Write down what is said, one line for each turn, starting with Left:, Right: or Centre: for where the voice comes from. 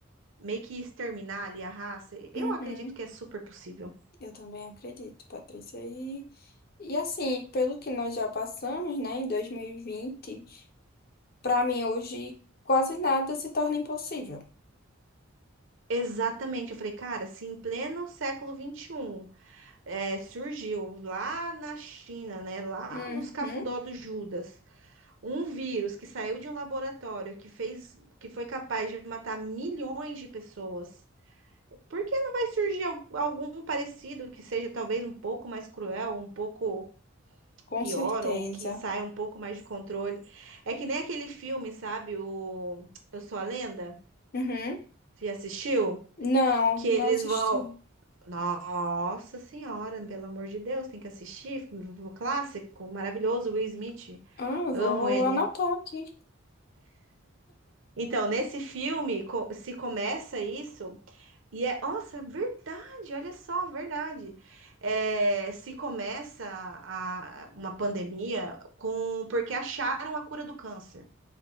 Right: meio que exterminar ali a raça. Eu
Left: Uhum.
Right: acredito que é super possível.
Left: Eu também acredito, Patrícia. E, e assim, pelo que nós já passamos, né, em 2020, para mim hoje quase nada se torna impossível.
Right: Exatamente, eu falei, cara, se em pleno século XXI é, surgiu lá na China, né, lá
Left: Uhum.
Right: nos cafundó do Judas, um vírus que saiu de um laboratório que fez, que foi capaz de matar milhões de pessoas. Por que não vai surgir al- algum parecido que seja talvez um pouco mais cruel, um pouco
Left: Com
Right: pior,
Left: certeza.
Right: ou que saia um pouco mais de controle? É que nem aquele filme, sabe? O Eu Sou a Lenda?
Left: Uhum.
Right: Você já assistiu?
Left: Não,
Right: Que eles
Left: não assisti.
Right: vão. Nossa Senhora, pelo amor de Deus, tem que assistir. O clássico, maravilhoso, Will Smith.
Left: Ah, eu
Right: Amo
Left: vou
Right: ele.
Left: anotar aqui.
Right: Então, nesse filme, co- se começa isso. E é, nossa, é verdade, olha só, verdade. É, se começa a- uma pandemia com porque acharam a cura do câncer.